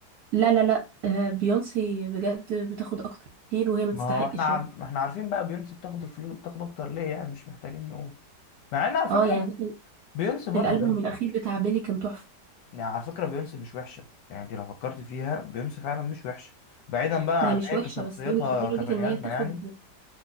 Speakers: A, on the right (about 65°); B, on the left (about 75°).
A: لا لا لا أه بيونسي بجد بتاخد اكتر كتير وهي ما
B: ما
A: تستحقش
B: هو احنا عار...
A: يعني
B: ما احنا عارفين بقى بيونسي بتاخد الفلوس بتاخد أكتر ليه يعني مش محتاجين نقول مع إن على فكرة
A: اه يعني مثلا
B: بيونسي برضه
A: الالبوم الاخير بتاع بيلي كان تحفه
B: يعني على فكرة بيونس مش وحشة يعني انت لو فكرت فيها بيونس فعلا مش وحشة بعيدا بقى
A: ما هي
B: عن
A: مش
B: هي
A: وحشه
B: كشخصيتها
A: بس هي مش لدرجه
B: كبني
A: ان هي
B: آدمة
A: تاخد
B: يعني